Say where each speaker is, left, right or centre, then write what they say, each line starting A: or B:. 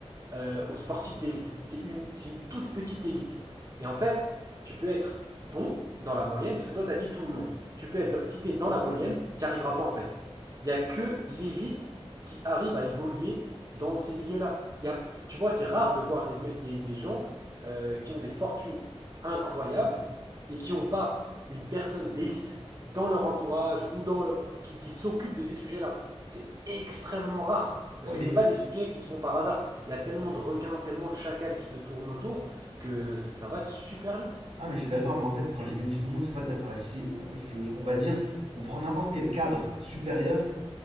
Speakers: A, on the right; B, on the right.
A: euh, aux sportifs d'élite. C'est une, c'est une toute petite élite. Et en fait, tu peux être bon dans la moyenne, parce que toi, tu as dit tout le monde. Tu peux être, dans- si tu es dans la moyenne, tu n'y arriveras pas en fait. Il n'y a que l'élite qui arrive à évoluer dans ces milieux-là. Il y a- tu vois, c'est rare de voir des, des- des gens euh, qui ont des fortunes incroyables et qui n'ont pas une personne d'élite dans leur entourage ou dans le, qui, qui s'occupe de ces sujets-là. C'est extrêmement rare, parce
B: ouais,
A: que
B: mais,
A: ce n'est pas des sujets qui se font par hasard. Il y a tellement de requins, tellement de chacals qui te tournent autour que ça, ça va super vite.
B: non, mais je suis d'accord, mais en fait, quand j'ai dit Monsieur Tout le Monde, c'est pas tout à fait vrai. Si, euh, je- on va dire, on prend n'importe quel cadre supérieur